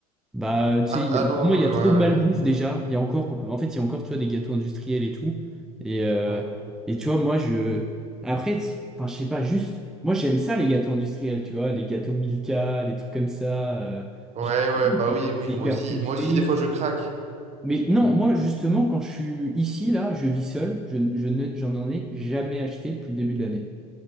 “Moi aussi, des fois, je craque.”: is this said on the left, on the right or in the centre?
Right